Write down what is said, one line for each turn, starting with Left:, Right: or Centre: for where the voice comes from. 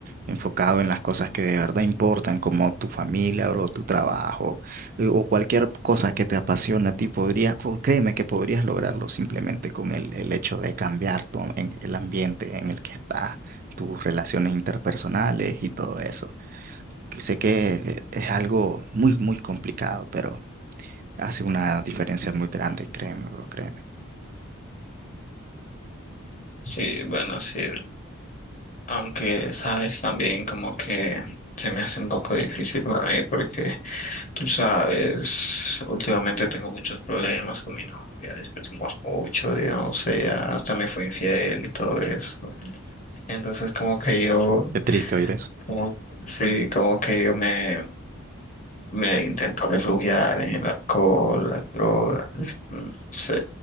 Right: enfocado en las cosas que de verdad importan, como tu familia, bro, tu trabajo eh, o cualquier cosa que te apasiona a ti, podría, po- créeme que podrías lograrlo simplemente con el, el hecho de cambiar tu, am- en- el ambiente en el que estás, tus relaciones interpersonales y todo eso. que Sé que eh, es algo muy, muy complicado, pero... Hace una diferencia muy grande, créeme, bro, créeme.
Left: Sí, bueno, sí. Aunque, sabes, también como que se me hace un poco difícil para mí porque Tú sabes, últimamente tengo muchos problemas con mi novia, discutimos mucho, digamos, ella hasta me fue infiel y todo eso. Entonces como que yo,
Right: Qué triste oír eso.
Left: como, sí, como que yo me, me intento refugiar en el alcohol, las drogas, mm, sí,